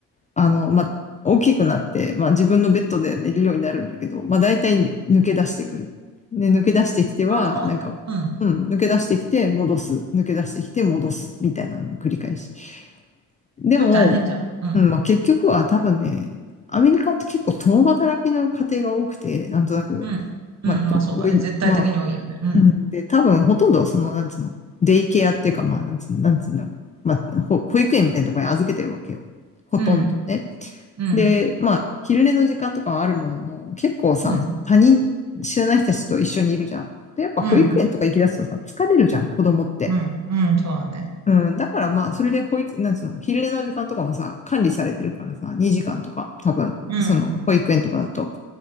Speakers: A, on the left (about 20°); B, on the right (about 45°).
A: あの、まあ、大きくなって、まあ、自分のベッドで寝るようになるんだけど、まあ、大体抜け出してくる。で、抜け出してきては、
B: あ、そうなんだ。
A: なんか、
B: うん。
A: うん、抜け出してきて戻す、抜け出してきて戻す、みたいなのを繰り返し。でも、
B: それ大変じゃん。うん。
A: うん、まあ、結局は多分ね、アメリカって結構共働きの家庭が多くて、なんとなく、
B: うん。うん。
A: まあ、と多い、
B: まあ、そうだね。絶対的に多いよね。
A: まあ、
B: うん。
A: うん、で、多分ほとんどその、なんつうの、デイケアっていうか、まあ、なんつう、なんつうんだろう。まあ、保育園みたいなところに預けてるわけよ。ほとんどね。
B: うん。うん。
A: で、まあ、昼寝の時間とかはあるものの、結構さ、
B: うん。
A: 他人、知らない人たちと一緒にいるじゃん。で、やっぱ保育園とか行き出すとさ、
B: うん。
A: 疲れるじゃん、子供って。
B: うん。うん。そうだね。
A: うん、だからまあ、それで保育、なんつうの、昼寝の時間とかもさ、管理されてるからさ、2時間とか、多分、
B: うん。
A: その、保育園とかだと。